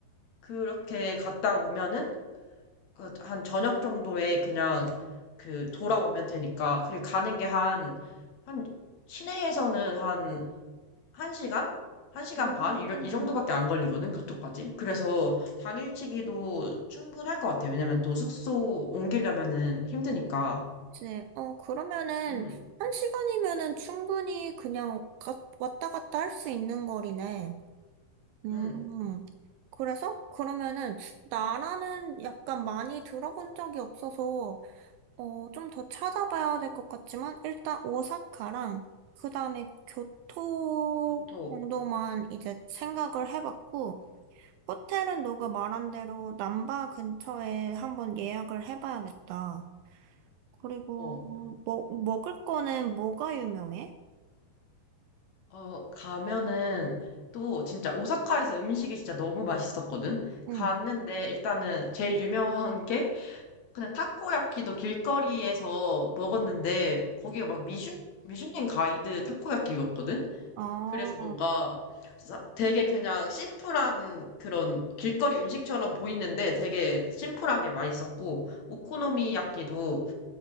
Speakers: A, on the left; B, on the right.
A: 그렇게 갔다 오면은, 그한 저녁 정도에 그냥 그 돌아오면 되니까, 그리고 가는 게 한, 한, 시내에서는 한 1시간? 1시간
B: 음,
A: 반? 이러, 이 정도밖에 안 걸리거든, 교토까지. 그래서 당일치기도 충분할 것 같아. 왜냐면 또 숙소 옮기려면은 힘드니까.
B: 이제, 어, 그러면은,
A: 음,
B: 한 시간이면은 충분히 그냥 가- 왔다 갔다 할 수 있는 거리네. 음,
A: 음,
B: 그래서? 그러면은, 나라는 약간 많이 들어본 적이 없어서, 어, 좀 더 찾아봐야 될 것 같지만, 일단 오사카랑, 그 다음에 교토
A: 교토.
B: 정도만 이제 생각을 해봤고, 호텔은 너가 말한 대로 남바 근처에 한번 예약을 해봐야겠다. 그리고
A: 어,
B: 먹 먹을 거는 뭐가 유명해?
A: 어, 가면은 또 진짜 오사카에서 음식이 진짜 너무 맛있었거든?
B: 응.
A: 갔는데 일단은 제일 유명한 게 그냥 타코야키도 길거리에서 먹었는데 거기가 막 미슐, 미슐랭 가이드 타코야키였거든?
B: 아,
A: 그래서 뭔가 사- 되게 그냥 심플한 그런 길거리 음식처럼 보이는데 되게 심플하게 맛있었고, 오코노미야끼도